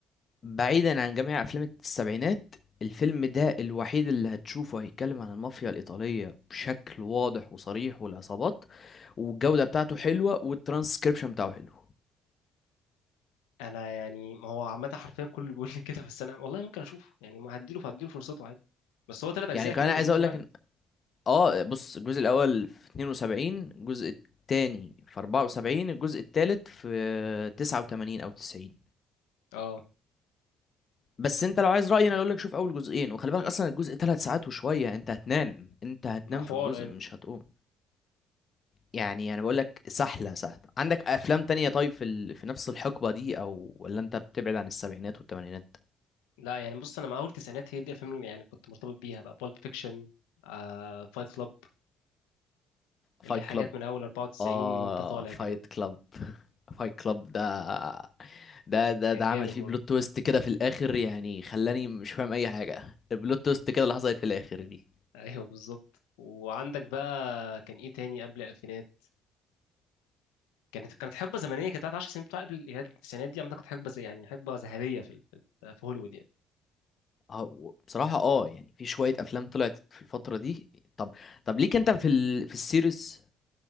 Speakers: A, on the left; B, on the left.
A: بعيدا عن جميع افلام السبعينات الفيلم ده الوحيد اللي هتشوفه هيتكلم عن المافيا الإيطالية بشكل واضح وصريح والعصابات والجودة بتاعته حلوة والترانسكريبشن بتاعه حلو
B: انا يعني ما هو عامه حرفيا كله بيقول لي كده بس انا والله ممكن اشوفه يعني ما هديله هديله فرصته عادي بس هو ثلاث اجزاء
A: يعني كمان
B: كمان
A: عايز
B: مش جزء
A: اقول
B: واحد
A: لك اه بص الجزء الاول في 72 الجزء التاني في 74 الجزء التالت في 89 او 90
B: اه
A: بس انت لو عايز رأيي انا اقول لك شوف اول جزئين وخلي بالك اصلا الجزء ثلاث ساعات وشوية انت هتنام انت هتنام
B: ما حوار
A: في الجزء
B: ايوه
A: مش هتقوم يعني انا بقول لك سحلة سهلة عندك افلام تانية طيب في ال... في نفس الحقبة دي او ولا انت بتبعد عن السبعينات والثمانينات
B: لا يعني بص انا مع اول تسعينات هي دي الافلام اللي يعني كنت مرتبط بيها بقى بالب فيكشن آه فايت كلاب اللي
A: فايت
B: هي حاجات
A: كلاب
B: من اول 94
A: اه
B: وانت طالع
A: فايت
B: كده دي
A: كلاب فايت كلاب ده ده ده
B: كان
A: ده عمل
B: جامد
A: فيه
B: برضه
A: بلوت تويست كده في الاخر يعني خلاني مش فاهم اي حاجه البلوت تويست كده اللي حصلت في الاخر دي
B: ايوه بالظبط وعندك بقى كان ايه تاني قبل الالفينات كانت كانت حقبه زمنيه كانت بتاعت 10 سنين بتاع قبل التسعينات دي عامه كانت حقبه زي يعني حقبه ذهبيه في ال- في ال- في هوليوود يعني
A: اه و- بصراحه اه يعني في شويه افلام طلعت في الفتره دي طب طب ليك انت في ال... في السيريز